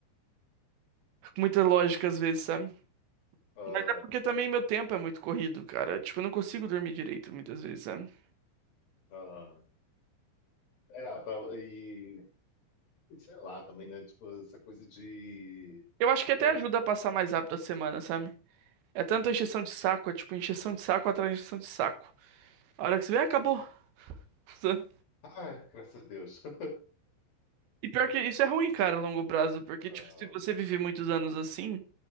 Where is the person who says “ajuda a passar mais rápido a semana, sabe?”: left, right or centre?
Right